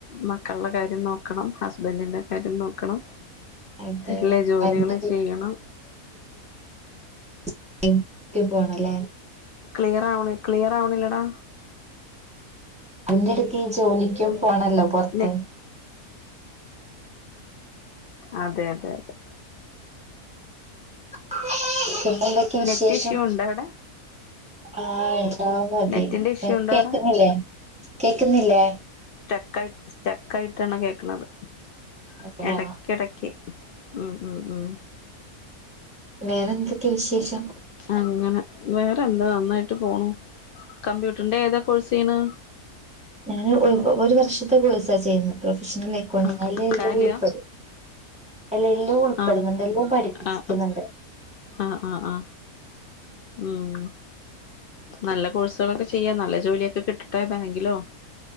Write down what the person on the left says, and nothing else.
മക്കളുടെ കാര്യം നോക്കണം. ഹസ്ബൻഡിന്റെ കാര്യം നോക്കണം
എല്ലാ ജോലികളും
ചെയ്യണം
ക്ലിയർ ആവ്ണ്, ക്ലിയറാവ്ണില്ലെടാ
നെ അതെ അതെ അതെ
നെറ്റ് ഇഷ്യൂ ഉണ്ടോ അവിടെ
നെറ്റിന്റെ ഇഷ്യൂ ഉണ്ടോ
അവിടെ
കട്ട്സ് സ്റ്റെക്ക് ആയിട്ടാണ് കേക്ക്ണത്
എടക്ക് എടക്കി ഉം ഉം ഉം
അങ്ങനെ വേറെ എന്താ നന്നായിട്ട് പോണു കമ്പ്യൂട്ടറിന്റെ ഏതാ കോഴ്സ് ചെയ്യണ്
ആ
ടാലിയാ
ആ
അ ആ ആ ഉം നല്ല കോഴ്സുകളൊക്കെ ചെയ്യാ നല്ല ജോലിയൊക്കെ കിട്ടട്ടെ ബാങ്കിലോ